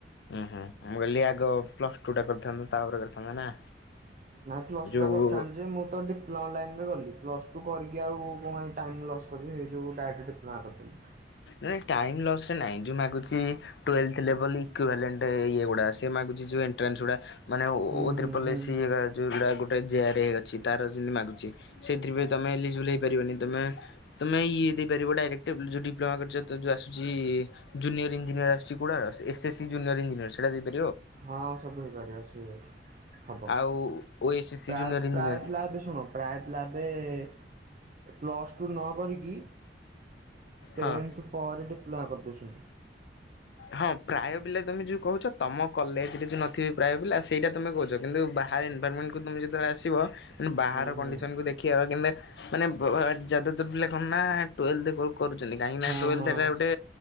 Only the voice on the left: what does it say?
ଉୁଁ ହୁଁ ମୁଁ କହିଲି ଆଗ ପ୍ଲସ ଟୁ ଟା କରିଥାନ୍ତା ତାପରେ କରିଥାନ୍ତା ନା।
ଯୋଉ
ନାଇଁ ଟାଇମ ଲସ ରେ ନାଇଁ ଯଉ ମାଗୁଛି ଟୁଏଲଥ ଲେବୁଲ ଇକୁଭେଲେଣ୍ଟ ଇଏ ଗୁଡା ସିଏ ମାଗୁ ଯଉ ଏଣ୍ଟ୍ରାନ୍ସ ଗୁଡା ମାନେ
ଓ
ତ୍ରିପୁଲଏସି
ଯଉ ଯେ ଆରାଇ ଅଛି ତାରତି ମାଗୁଛି ସେଥିରେ ତମେ ଇଲିିଜିବୁଲ ହେଇପାରିବନି ତମେ ତମେ ଇ ଏ ଦେଇପାରିବ ଡାଇରେକ୍ଟ ଯଦି ପ୍ଲୋମା କରିଚତ ଜଉ ଆସୁଛି ଜୁନିଅର ଇଞ୍ଜିନିଅର ଆସୁଛି କୋଡାର S S C junior engineer ସେଟା ଦେଇପା
ଆଉ ଓ ଏସ୍ ଏସ୍ ସି
ଜୁନିୟର ଇଞ୍ଜିନିୟର
ହଁ
ହଁ ପ୍ରାୟ ପିଲା ତମେ ଯୋଉ କହୁଛ ତମ କଲେଜ ରେ ଯୋଉ ନଥିବେ ପ୍ରାୟ ପିଲା ସେଇଟା ତମେ କହୁଛ କିନ୍ତୁ ବା ହାରେ ଇନପାରମେଣ୍ଟ କୁ ତମେ ଯେତେବେଳେ ଆସିବ ନେ ବାହାର
କଣ୍ଡିସନକୁ ଦେଖିବାକୁ କିନ୍ତତା ମାନେ ଯାଦାଦୂର ପିଲା କଣ ନା ଟୁଏଲ୍ଭ କରୁ କରୁଛନ୍ତି କାହିଁକି ନା
ଟୁଏଥ
ହେଲା ଗୋଟେ